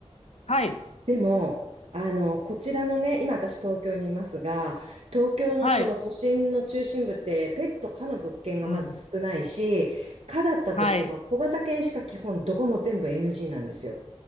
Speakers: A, on the left (about 70°); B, on the right (about 65°).
A: はい。
B: でも、あの、こちらのね、今私東京にいますが、東京のその都心の中心部ってペット可の物件がまず少ないし、
A: はい。うん。
B: 可だったとしても小型犬しか基本どこも全部
A: はい。
B: NG なんですよ。